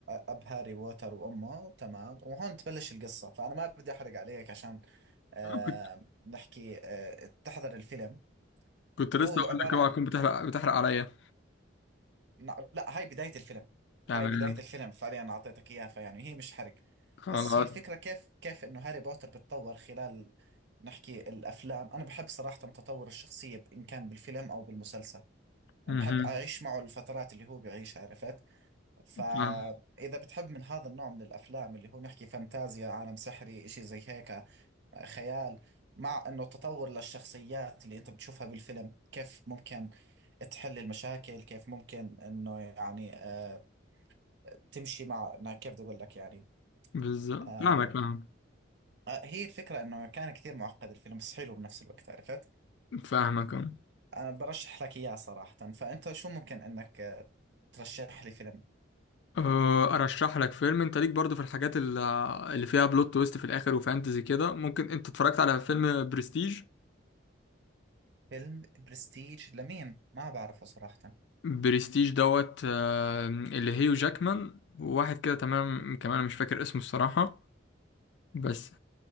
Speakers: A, on the right; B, on the left.
A: اب هاري بوتر وامه تمام وهون تبلش القصة فانا ما بدي احرق عليك عشان آه
B: كنت
A: نحكي آه تحضر الفيلم
B: كنت
A: هو
B: لسه اقول
A: عبارة
B: لك اوعى
A: عن
B: تكون بتحرق بتحرق عليا
A: لا لا، هاي بداية الفيلم
B: تمام
A: هاي بداية الفيلم فعليا أعطيتك إياها فيعني هي مش حرق
B: خلاص
A: بس هي الفكرة كيف كيف إنه هاري بوتر بتطور خلال نحكي الأفلام أنا بحب صراحة تطور الشخصية إن كان بالفيلم أو بالمسلسل
B: مهم.
A: يعني بحب أعيش معه الفترات اللي هو بيعيشها عرفت فإذا
B: فاهم
A: بتحب من هذا النوع من الأفلام اللي هو نحكي فانتازيا عالم سحري إشي زي هيك خيال مع انه تطور للشخصيات اللي انت بتشوفها بالفيلم كيف ممكن تحل المشاكل كيف ممكن انه يعني آه تمشي مع إنها كيف بدي اقول لك يعني
B: بالظبط
A: آه
B: فاهمك فاهم
A: آه، هي الفكرة انه كان كثير معقد الفيلم بس حلو بنفس الوقت عرفت
B: فاهمك أه.
A: انا برشح لك اياه صراحة فانت شو ممكن انك آه، ترشح لي فيلم
B: أه، ارشح لك فيلم انت ليك برضو في الحاجات ال- اللي فيها بلوت تويست في الاخر وفانتزي كده ممكن انت اتفرجت على فيلم برستيج
A: فيلم برستيج لمين ما بعرفه صراحة
B: برستيج دوت آه، اللي هيو جاكمان وواحد كده تمام كمان أنا مش فاكر اسمه الصراحة بس